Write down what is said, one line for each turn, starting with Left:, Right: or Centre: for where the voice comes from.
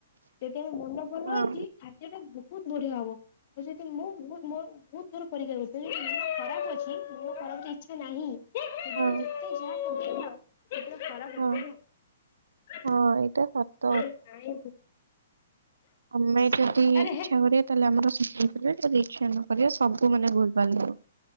Left: ଯଦି ଆମ ମନ ଭଲ
Right: ହଁ
Left: ଅଛି ଖାଦ୍ୟ ଟା ବହୁତ ବଢିଆ ହବ। ଆଉ ସେ ମୁଁ ବ ବହୁତ ଥର ପରୀକ୍ଷା କରିଛି ମୁଁ ଖରାପ ଅଛି ମୁୋ ଖରାପ ଇଚ୍ଛା ନାହିଁ। ିନ
Right: ହଁ
Left: ଯେତେ ଯାହା <inaudible> <inaudible> <inaudible>
Right: ହଁ ହଁ ଏଇଟା ସତ କଥା
Left: ନାଇଁ
Right: ଆମେ ଯଦି
Left: ଆରେ
Right: ଇଚ୍ଛା
Left: ହେ
Right: କରିବା ତାହେଲେ ଆମର ଯଦି ଇଚ୍ଛା ନ କରିବା ସବୁ ମାନେ ଭୁଲ ଭାଲ ହବ।